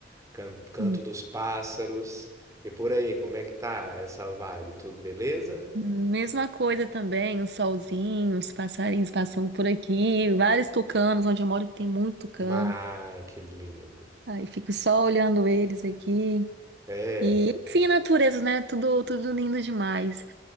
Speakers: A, on the right (about 20°); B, on the right (about 70°).
A: Can- Canto
B: Hum,
A: dos pássaros. E por aí, como é que tá essa vibe? Tudo beleza?
B: Mesma coisa também, o solzinho, os passarinhos passando por aqui, vários tucanos, onde eu moro que tem muito tucano.
A: Mas que lindo.
B: Aí fico só olhando eles aqui.
A: É,
B: E, enfim, natureza, né? Tudo, tudo lindo demais.